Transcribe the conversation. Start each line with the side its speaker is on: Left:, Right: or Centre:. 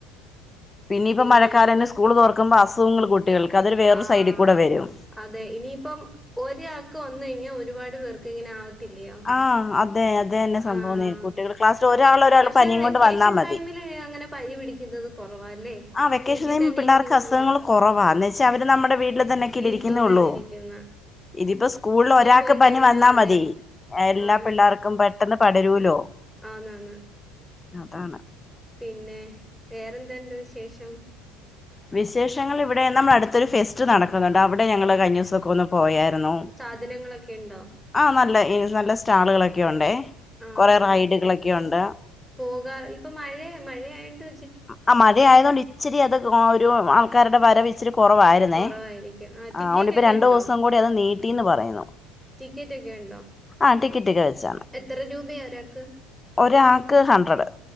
Left: പിന്നിപ്പൊ
Centre: പിന്നെ
Left: മഴക്കാലന്നെ സ്കൂള് തൊറക്കുമ്പോ അസുഖങ്ങള് കുട്ടികൾക്ക് അതൊരു വേറൊരു
Centre: ആഹ്
Left: സൈഡിക്കൂടെ വരും
Centre: അതെ ഇനിയിപ്പം ഒരാക്ക് വന്നെയ്ഞ്ഞ ഒരുപാട് പേർക്ക് ഇങ്ങനെ ആവത്തില്ലയോ
Left: ആഹ് അതെ അതെന്നെ സംഭവം
Centre: ആഹ്
Left: ന്നെ കുട്ടികൾ ക്ലാസ്സില് ഒരാളൊരാൾ
Centre: പക്ഷെ
Left: പനിയും
Centre: വെക്കേഷൻ
Left: കൊണ്ട് വന്നാ മതി
Centre: ടൈമില് അങ്ങനെ പനി പിടിക്കുന്നത് കൊറവാല്ലേ
Left: ആഹ് വെക്കേഷൻ
Centre: വീട്ടി
Left: ടൈം
Centre: തന്നെ
Left: പിള്ളാർക്ക്
Centre: ഇരിക്കുന്നോണ്ട്
Left: അസുഖങ്ങള് കൊറവാ ന്ന് വെച്ചാ അവര് നമ്മുടെ വീട്ടില് തന്നെ ക്കില്ലെ
Centre: വീട്ടില്
Left: ഇരിക്കുന്നെ
Centre: തന്നെ
Left: ഉള്ളൂ
Centre: ഇരിക്കുന്ന
Left: ഇതിപ്പോ സ്കൂളില് ഒരാക്ക്
Centre: പോയി കഴിഞ്ഞാ
Left: പനി വന്നാ
Centre: അതെ
Left: മതി എല്ലാ
Centre: ആന്ന്
Left: പിള്ളേർക്കും പെട്ട് ട്ടെന്ന് പടരൂലോ
Centre: ആന്നാന്ന്
Left: അതാണ്
Centre: പിന്നെ വേറെന്ത്ണ്ട് വിശേഷം
Left: വിശേഷങ്ങള് ഇവിടെ നമ്മ അടുത്തൊരു ഫെസ്റ്റ് നടക്കുന്നുണ്ട് അവിടെ ഞങ്ങള് കയ്ഞ്ഞൂസ കൂൾന്ന് പോയായിരുന്നു
Centre: സാധനങ്ങളൊക്കെ ഇണ്ടോ
Left: ആഹ് നല്ല ഇനി നല്ല സ്റ്റാളുകളൊക്കെ ഉണ്ടേ
Centre: ആഹ്
Left: കൊറേ
Centre: ആഹ്
Left: റൈഡുകളൊക്കെയുണ്ട്
Centre: പോകാ ഇപ്പൊ മഴെ മഴയായിണ്ട്
Left: അ അ മഴയായതോണ്ട് ഇച്ചിരി അത് കോ-ഒരു ആൾക്കാരുടെ വരവ് ഇച്ചിരി കൊറവായി ഇന്നെ
Centre: കൊറവായിരിക്കും
Left: ആഹ്
Centre: ടിക്കറ്റ്
Left: അഓണ്ട് ഇപ്പ
Centre: ഒക്കെ
Left: രണ്ടൂസം
Centre: ഇണ്ടോ
Left: കൂടി അത് നീട്ടീന്ന് പറയുന്നു
Centre: ടിക്കറ്റ് ഒക്കെ ഇണ്ടോ
Left: ആഹ് ടിക്കറ്റൊക്കെ വച്ചാണ്
Centre: എത്ര രൂപയാ ഒരാക്ക്?
Left: ഒരാക്ക് ഹൺഡ്രഡ്